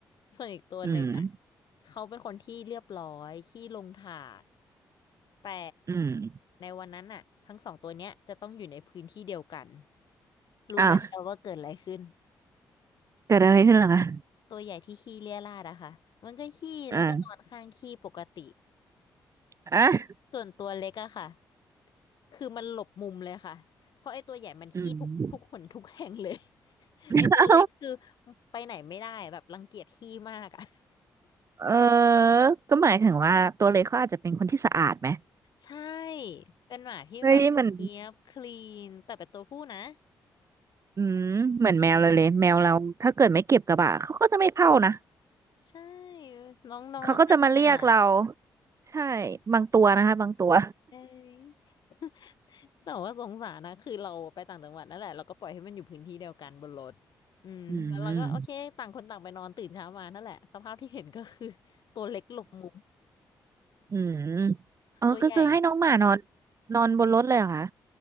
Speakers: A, on the left (about 70°); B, on the right (about 45°).
A: ส่วนอีกตัวหนึ่งอ่ะ
B: อืม
A: เขาเป็นคนที่เรียบร้อยขี้ลงถาดแต่
B: อืม
A: ในวันนั้นอ่ะทั้งสองตัวเนี้ยจะต้องอยู่ในพื้นที่เดียวกันรู้ไหมเราว่าเกิดอะไรขึ้น
B: อ้าวเกิดอะไรขึ้นเหรอคะ
A: ตัวใหญ่ที่ขี้เรี่ยราดอะค่ะมันก็ขี้แล้วก็นอนข้างขี้ปกติ
B: อ่าอ่ะ
A: ส่วนตัวเล็กอะค่ะ คือมันหลบมุมเลยค่ะ เพราะไอ้ตัวใหญ่มันขี้ทุกทุกหนทุกแห่งเลย
B: อืม
A: <laughs>
B: เอ้า
A: ไอ้ตัวเล็กคือไปไหนไม่ได้แบบรังเกียจขี้มากอะ
B: เออก็หมายถึงว่าตัวเล็กเขาอาจจะเป็นคนที่สะอาดไหม
A: <laughs> ใช่ เป็นหมาที่แบบเนียบคลีนแต่เป็นตัวผู้นะ
B: เฮ้ยมันอืมเหมือนแมวเลยเลยแมวเราถ้าเกิดไม่เก็บกระบะเขาก็จะไม่เข้านะ
A: เอยใช่ น้องน้องรักสะอาด
B: เขาก็จะมาเรียกเราใช่บางตัวนะคะบางตัว
A: เอย <laughs> แต่ว่าสงสารนะคือเราไปต่างจังหวัดนั่นแหละเราก็ปล่อยให้มันอยู่พื้นที่เดียวกันบนรถอืมแล้วเราก็โอเคต่างคนต่างไปนอนตื่นเช้ามานั่นแหละสภาพที่เห็นก็คือตัวเล็กหลบมุม
B: อืมอืมเออก็คือให้น้องหมานอน
A: ตัวใหญ่
B: นอนบนรถเลยเหรอคะ